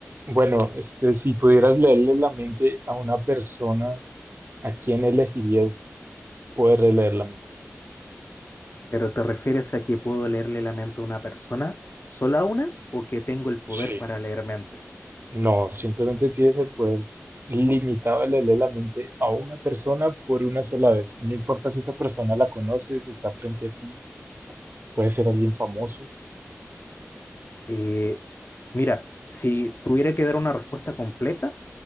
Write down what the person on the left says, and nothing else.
¿Pero te refieres a que puedo leerle la mente a una persona, sola una, o que tengo el poder
para leer mentes?
Eh, mira, si tuviera que dar una respuesta completa,